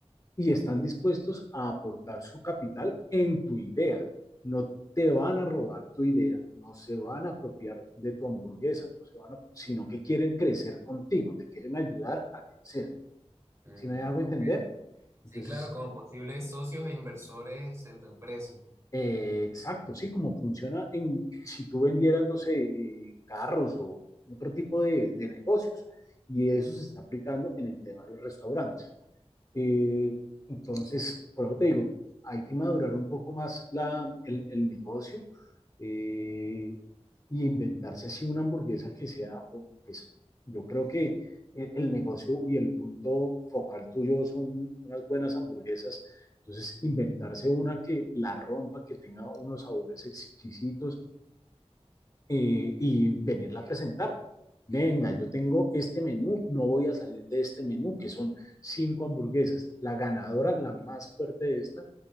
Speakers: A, on the left; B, on the right.
A: y están dispuestos a aportar su capital en tu idea. No te van a robar tu idea, no se van a apropiar de tu hamburguesa, no se van a, sino que quieren crecer contigo, te quieren ayudar a crecer.
B: Mm,
A: ¿Sí me hago
B: ok.
A: entender?
B: Sí,
A: Entonces,
B: claro, como posibles socios e inversores en tu empresa.
A: eh, exacto, sí, como funciona en, si tú vendieras, no sé, eh, carros o otro tipo de, de negocios. Y eso se está aplicando en el tema de los restaurantes. Eh, entonces, por eso te digo, hay que madurar un poco más la, el, el negocio eh, y inventarse así una hamburguesa que sea, o, pues yo creo que eh, el negocio y el punto focal tuyo son unas buenas hamburguesas. Entonces, inventarse una que la rompa, que tenga unos sabores exquisitos, eh, y venirla a presentar. Venga, yo tengo este menú, no voy a salir de este menú, que son cinco hamburguesas. La ganadora, la más fuerte de esta,